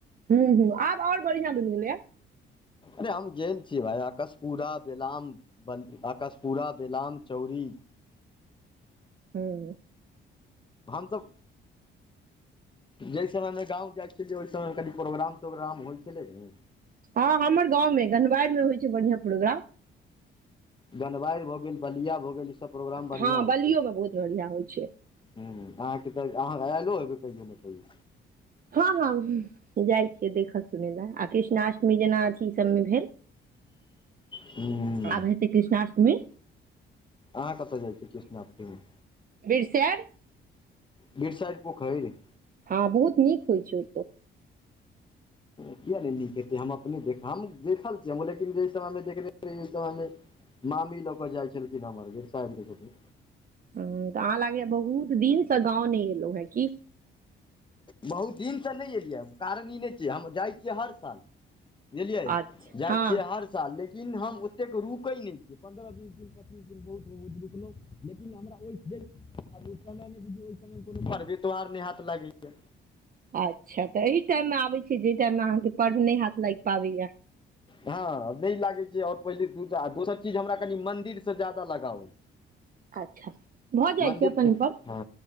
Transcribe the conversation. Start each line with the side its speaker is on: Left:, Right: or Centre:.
Right: हू हू आब आओर बढ़ियां बनि गेलै ह
Left: अरे हम गेलल छीयै भाई आकशपुरा बदाम बल आकशपुरा बेलाम चौरी
Right: हँ
Left: हम सब जाहि समयमे गाँव जाइ छलियै ओहि समयमे कनि प्रोग्राम तोग्राम होइ छलै ने
Right: हँ हमर गाँवमे गनवार मे होइ छै बढ़िआँ प्रोग्राम
Left: गनवार भऽ गेल बलिया भऽ गेल ईसब प्रोग्राम बढ़िआँ
Right: हँ
Left: होइ
Right: बलियो
Left: छै
Right: मे बहुत बढ़िआँ होइ छै
Left: ह आहाँके तऽ आहाँ आयलो हैबय कहियो ने कहियो
Right: हँ हँ जाइ छियै देखय सुनय लए आ कृष्णा अष्टमी जेना अथी सब मे भेल
Left: ह्म
Right: आब हेतय कृष्णा अष्टमी
Left: आहाँ कतय जाइ छियै कृष्णा अष्टमी में
Right: बिरसैर
Left: बीर साइट पोखर
Right: हँ बहुत नीक होइ छै ओतौ
Left: किया नहि नीक हेतै हम अपने देख हम देखल छियै हम लेकिन जेहि समयमे देखने ओहि समयमे मामी लऽ कऽ जाइ छलखिन हमर जेठ सैर के संगे
Right: हँ तऽ आहाँ लागैए बहुत दिन सँ गाँव नहि एलो हन कि
Left: बहुत दिन सँ नहि एलियै हम कारण ई नहि की जे हम जाइ छियै हर साल बुझलियै
Right: अच्छा
Left: जाइ
Right: हँ
Left: छियै हर साल लेकिन हम ओतेक रुकय नहि छियै पन्द्रह बीस दिन पच्चीस दिन बहुत बहुत रुकलहुँ लेकिन हमरा ओहि <unintelligible> आब ओ समयमे बुझियौ ओहि समयमे कोनो पर्व तोहार नहि हैत लागैय
Right: अच्छा तऽ एहि टाइम मे आबै छीय जे टाइम मे आहाँ के पर्व नहि हाथ लाग पाबैय
Left: हँ नहि लागे छै आओर पहिले दूटा दोसर जे कनि हमारा मंदिर से ज्यादा लगाव है
Right: अच्छा भऽ जाइ
Left: मंदिर
Right: छै अपन अपन
Left: हँ